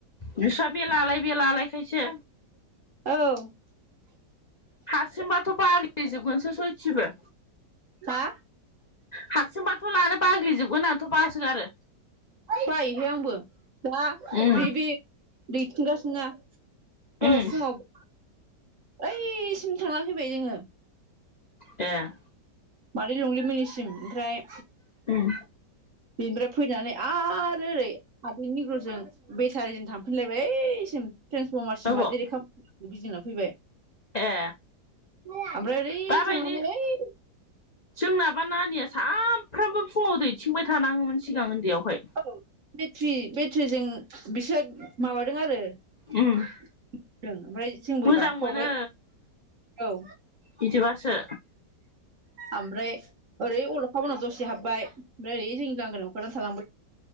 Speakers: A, on the left; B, on the right.
A: नोंस्रा बेलालाय बेलालायखायसो
B: औ।
A: हारसिं बाथ' बाग्लि जोबगोनसो सयथिबो।
B: हा
A: हारसिंबाथ' लानो बाग्लिजोबगोन आंथ' बासोगारो।
B: बायोहाय आंबो दा
A: उम
B: बे बे दैथिंगासिनो दहाय
A: उम
B: फुङाव ओइसिम थांना फैबाय जोङो।
A: ए
B: मादै लंलिमोननिसिम ओमफ्राय
A: उम
B: बिनिफ्राय फैनानै आरो ओरै आदैनिग्रुजों बेटारिजों थांफिनलायबाय ऐसिम ट्रेन्सफर्मारसिम
A: अबाव
B: मादै रेखा मोननिथिं गिदिंना फैबाय।
A: ए
B: ओमफ्राय ओरै
A: दाबायदि
B: थांनानै ऐ
A: जोंनाबा नानिया साफ्रामबो फुङाव दैथिंबाय थानाङोमोन सिगां उन्दैयावहाय
B: औ बेट्रि बेट्रिजों बिसोर माबादों आरो
A: उम
B: ओमफ्राय जोंबो
A: मोजां
B: गाखोफाबाय
A: मोनो
B: औ।
A: बिदिबासो
B: ओमफ्राय ओरै अल'खा मोननाव दसे हाबबाय ओमफ्राय ओरै जोंनि लांगोनायाव ओंखारनानै थालांबाय